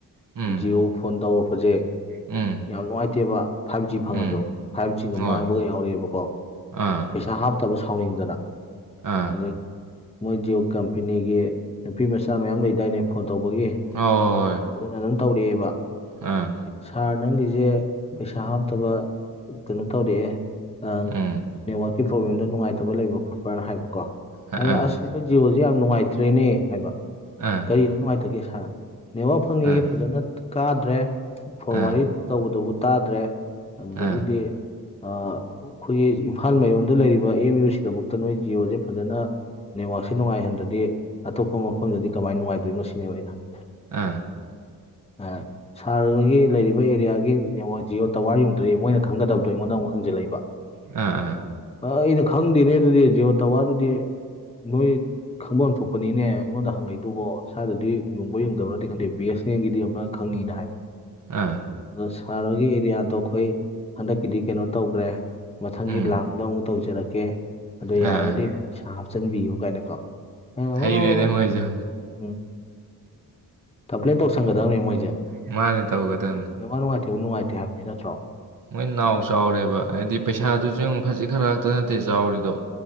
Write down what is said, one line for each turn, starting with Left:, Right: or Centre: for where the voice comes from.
Right: ꯎꯝ
Left: ꯖꯤꯑꯣ ꯐꯣꯟ ꯇꯧꯔꯛꯄꯖꯦ
Right: ꯎꯝ
Left: ꯌꯥꯝ ꯅꯨꯡꯉꯥꯏꯇꯦꯕ ꯐꯥꯏꯕ ꯖꯤ ꯐꯪꯉꯖꯨ
Right: ꯎꯝ
Left: ꯐꯥꯏꯕ ꯖꯤꯒ
Right: ꯍꯣꯏ
Left: ꯃꯥꯡꯕꯒ ꯌꯥꯎꯔꯛꯑꯦꯕꯀꯣ
Right: ꯑꯥ
Left: ꯄꯩꯁꯥ ꯍꯥꯞꯇꯕ ꯁꯥꯎꯅꯤꯡꯗꯅ
Right: ꯑꯥ
Left: ꯑꯗꯩ ꯃꯣꯏ ꯖꯤꯑꯣ ꯀꯝꯄꯦꯅꯤꯒꯤ ꯅꯨꯄꯤ ꯃꯆꯥ ꯃꯌꯥꯝ ꯂꯩꯗꯥꯏꯅꯦ ꯐꯣꯟ ꯇꯧꯕꯒꯤ
Right: ꯍꯣꯏ
Left: ꯑꯗꯨꯅ ꯑꯗꯨꯝ ꯇꯧꯔꯛꯑꯦꯕ
Right: ꯑꯥ
Left: ꯁꯥꯔ ꯅꯪꯒꯤꯖꯦ ꯄꯩꯁꯥ ꯍꯥꯞꯇꯕ ꯀꯩꯅꯣ ꯇꯧꯔꯛꯑꯦ ꯑ-ꯅꯦꯠꯋꯥꯔꯛꯀꯤ
Right: ꯎꯝ
Left: ꯄ꯭ꯔꯣꯕ꯭ꯂꯦꯝꯗ ꯅꯨꯡꯉꯥꯏꯇꯕ ꯂꯩꯕ ꯈꯣꯠꯄ꯭ꯔꯅ ꯍꯥꯏꯕꯀꯣ
Right: ꯑꯥ
Left: ꯑꯩꯅ ꯑꯁ ꯅꯣꯏ ꯖꯤꯑꯣꯖꯤ ꯖꯤ ꯌꯥꯝ ꯅꯨꯡꯉꯥꯏꯇ꯭ꯔꯦꯅꯦ ꯍꯥꯏꯕ
Right: ꯑꯥ
Left: ꯀꯔꯤꯗ ꯅꯨꯡꯉꯥꯏꯇꯒꯦ ꯁꯥꯔ ꯅꯦꯠꯋꯥꯔꯛ ꯐꯪꯉꯤ
Right: ꯑꯥ
Left: ꯐꯖꯅ ꯀꯥꯗ꯭ꯔꯦ ꯐꯣꯟ
Right: ꯑꯥ
Left: ꯋꯥꯔꯤ ꯇꯧꯕꯗꯕꯨ ꯇꯥꯗ꯭ꯔꯦ ꯑꯗꯒꯤꯗꯤ
Right: ꯑꯥ
Left: ꯑ ꯑꯩꯈꯣꯏꯒꯤ ꯏꯝꯐꯥꯜ ꯃꯌꯣꯟꯗ ꯂꯩꯔꯤꯕ ꯑꯦꯝ ꯌꯨ ꯁꯤꯗꯕꯨꯨꯛꯇ ꯅꯣꯏ ꯖꯤꯑꯣꯖꯦ ꯐꯖꯅ ꯅꯦꯠꯋꯥꯛꯁꯦ ꯁꯤ ꯅꯨꯡꯉꯥꯏꯍꯟꯗ꯭ꯔꯗꯤ ꯑꯇꯣꯞꯄ ꯃꯐꯝꯗꯗꯤ ꯀꯃꯥꯏꯅ ꯅꯨꯡꯉꯥꯏꯗꯣꯏꯅꯣ ꯁꯤꯅꯦꯕ ꯑꯩꯅ ꯍꯪꯉꯤꯖꯦ
Right: ꯑꯥ
Left: ꯑꯥ ꯁꯥꯔ ꯍꯣꯏꯒꯤ ꯂꯩꯔꯤꯕ ꯑꯦꯔꯤꯌꯥꯒꯤ ꯅꯦꯠꯋꯥꯔꯛ ꯖꯤꯑꯣ ꯇꯋꯥꯔ ꯌꯨꯡꯗ꯭ꯔꯥꯌꯦ ꯃꯣꯏꯅ ꯈꯪꯒꯗꯕꯗꯣ ꯑꯩꯉꯣꯟꯗ ꯑꯃꯨꯛ ꯍꯪꯖꯤꯜꯂꯛꯏꯕ
Right: ꯑꯥ ꯑꯥ
Left: ꯑ ꯑꯩꯅ ꯈꯪꯗꯦꯅꯦ ꯑꯗꯨꯗꯤ ꯖꯤꯑꯣ ꯇꯋꯥꯔꯗꯨꯗꯤ ꯅꯣꯏ ꯈꯪꯕ ꯑꯃ ꯊꯣꯛꯄꯅꯤꯅꯦ ꯑꯩꯉꯣꯟꯗ ꯍꯪꯉꯩꯇꯕꯣ ꯁ꯭ꯋꯥꯏꯗꯗꯤ ꯌꯨꯡꯕ ꯌꯨꯡꯗꯕꯅꯗꯤ ꯈꯪꯗꯦ ꯕꯤ ꯑꯦꯁ ꯑꯦꯝꯒꯤꯗꯤ ꯑꯃꯅ ꯈꯪꯉꯤꯅ ꯍꯥꯏꯕ
Right: ꯑꯥ
Left: ꯑꯗꯣ ꯁꯍꯔ ꯍꯣꯏꯒꯤ ꯑꯦꯔꯤꯌꯥꯗꯣ ꯑꯩꯈꯣꯏ ꯍꯟꯗꯛꯀꯤꯗꯤ ꯀꯩꯅꯣ ꯇꯧꯈ꯭ꯔꯦ ꯃꯊꯪꯒꯤ
Right: ꯎꯝ
Left: ꯂꯥ ꯑꯗꯨꯗ ꯑꯃꯨꯛ ꯇꯧꯖꯔꯛꯀꯦ ꯑꯗꯣ
Right: ꯑꯥ
Left: ꯌꯥꯔꯒꯗꯤ ꯄꯩꯁꯥ ꯍꯥꯞꯆꯤꯟꯕꯤꯌꯨ ꯀꯥꯏꯅꯀꯣ ꯑꯩꯅ
Right: ꯍꯩꯔꯦꯅꯦ
Left: ꯑꯣ
Right: ꯃꯣꯏꯁꯨ
Left: ꯎꯝ ꯀꯝꯄ꯭ꯂꯦꯟ ꯇꯧꯁꯟꯒꯗꯕꯅꯤ ꯃꯣꯏꯖꯦ
Right: ꯃꯥꯅꯦ ꯇꯧꯒꯗꯕꯅꯤ
Left: ꯅꯦꯠꯋꯥꯔꯛ ꯅꯨꯡꯉꯥꯏꯇꯦꯕꯨ ꯅꯨꯡꯉꯥꯏꯇꯦ ꯍꯥꯏꯕꯅꯤ ꯅꯠꯇ꯭ꯔꯣ
Right: ꯃꯣꯏ ꯅꯥꯎ ꯆꯥꯎꯔꯦꯕ ꯍꯥꯏꯗꯤ ꯄꯩꯁꯥꯗꯨꯖꯨ ꯌꯦꯡꯉꯨ ꯈꯖꯤꯛ ꯈꯔꯥꯛꯇ ꯅꯠꯇꯦ ꯆꯥꯎꯔꯤꯗꯣ